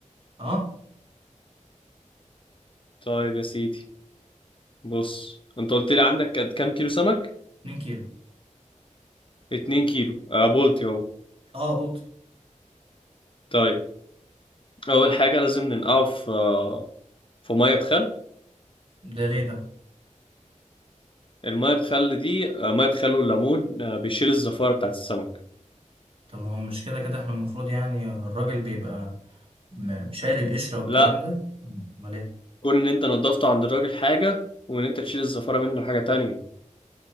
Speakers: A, on the right; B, on the left.
A: اه
B: طيب يا سيدي بص انت قلت لي عندك قد كام كيلو سمك
A: 2 كيلو
B: 2 كيلو آه بولتي اهو
A: اه بولتي
B: طيب اول حاجه لازم ننقعه في آه في ميه بخل
A: ده ليه ده
B: الميه بخل دي آه ميه بخل والليمون آه بيشيل الزفاره بتاعت السمك
A: طب ما هو مش كده كده احنا المفروض يعني الراجل بيبقى م- شايل القشرة والكلام
B: لا
A: ده امال ايه
B: كون ان انت نضفته عند الراجل حاجه وان انت تشيل الزفاره منه حاجه تانية